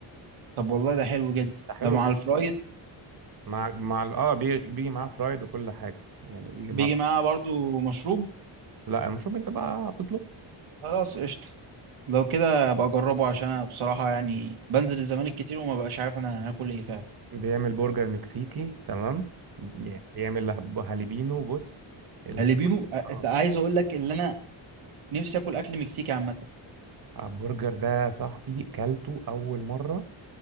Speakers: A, on the right; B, on the right.
A: طب والله ده حلو جدا
B: ده حلو
A: ده مع
B: جدا
A: الفرايز
B: مع مع ال- اه بي- بيجي معاه فرايد وكل حاجة يعني بيجي
A: بيجي
B: معاه
A: معاه
B: فرايد.
A: برضو مشروب
B: لا المشروب انت بقى بتطلبه
A: خلاص قشطة لو كده ابقى اجربه عشان انا بصراحة يعني بنزل الزمالك كتير وما بقاش عارف انا هاكل ايه فعلا
B: بيعمل برجر مكسيكي تمام بي- بيعمل هب- هاليبينو بص ال...
A: هالبينو أ-
B: اه
A: عايز اقول لك ان انا نفسي اكل اكل مكسيكي عامة
B: البرجر ده يا صاحبي كلته اول مرة